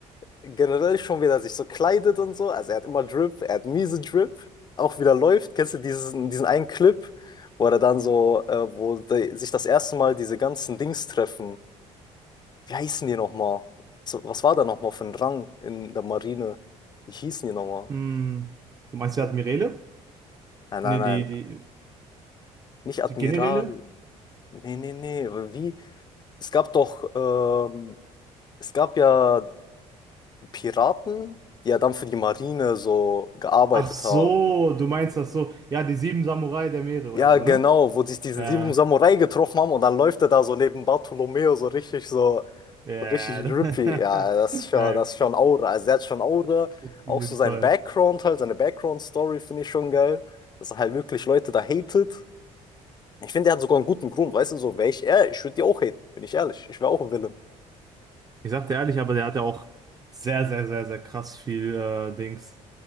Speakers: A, on the left; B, on the right.
A: generell schon, wie er sich so kleidet und so. Also er hat immer Drip, er hat miese Drip. Auch wieder läuft. Kennst du diesen, diesen einen Clip, wo er dann so, äh, wo die, sich das erste Mal diese ganzen Dings treffen. Wie heißen die nochmal? So, was war da nochmal für ein Rang in der Marine? Wie hießen die nochmal?
B: Hm. Du meinst, wer hat Mirele?
A: Nein, nein,
B: Ne,
A: nein.
B: die, die,
A: Nicht Admiral.
B: die Generäle?
A: Nee, nee, nee. Wie? Es gab doch, ähm, es gab ja Piraten, die ja dann für die Marine so gearbeitet
B: Ach so,
A: haben.
B: du meinst das so. Ja, die sieben Samurai der Meere
A: Ja,
B: oder so,
A: genau,
B: ne?
A: wo sich diese
B: Ja,
A: sieben Samurai getroffen haben und dann läuft er da so neben Bartolomeo so richtig so,
B: ja.
A: so richtig drippy. Ja, das
B: <laughs>
A: ist schon,
B: Geil.
A: das ist schon Aura. Also der hat schon Aura.
B: Auf jeden
A: Auch so
B: Fall.
A: sein Background halt, seine Background-Story finde ich schon geil. Dass er halt wirklich Leute da hatet. Ich finde, er hat sogar einen guten Grund, weißt du, so wäre ich er, ich würde die auch haten, bin ich ehrlich. Ich wäre auch ein Villain.
B: Ich sag dir ehrlich, aber der hat ja auch sehr, sehr, sehr, sehr krass viel äh, Dings